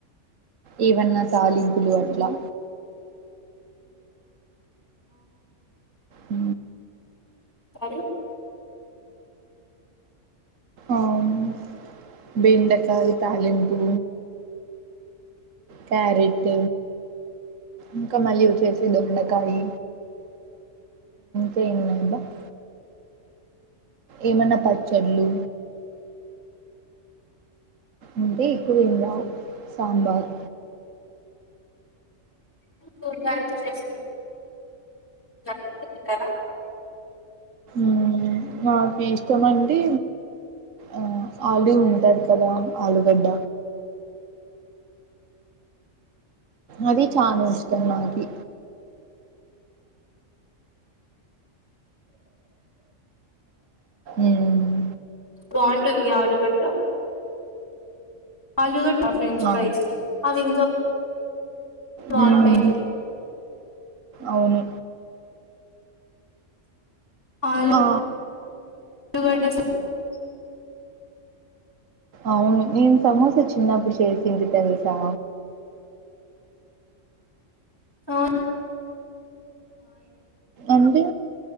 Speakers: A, on the right (about 80°); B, on the left (about 15°).
A: ఏవన్నా తాలింపులు అట్లా ఉ
B: సరే <unintelligible>
A: అవును బెండకాయ తాలింపు క్యారెట్ ఇంకా మల్లి వచ్చేసి దొండకాయి చేన్నాబా <unintelligible> ఏమన్నా పచ్చళ్ళు అంతే ఎక్కువేం రావు సాంబార్
B: తగా త చేస్త <unintelligible> నమస్తే <inaudible>
A: ఉ నాకు ఇష్టమైంది ఆ ఆలు ఉంటది కదా ఆలుూగడ్డ అది చానా ఇష్టం నాకి మ్మ్
B: బాగుంటుంది ఆలుగడ్డ ఆలు ఫ్రెంచ్
A: ఆ
B: ఫైస్ అవి బాగుంటాయి
A: మ్మ్ అవును
B: ఆలు
A: ఆ
B: <unintelligible>
A: అవును నేను సమోస చిన్నప్పుడు చేసింటి తెలుసా
B: ఆ
A: అంటే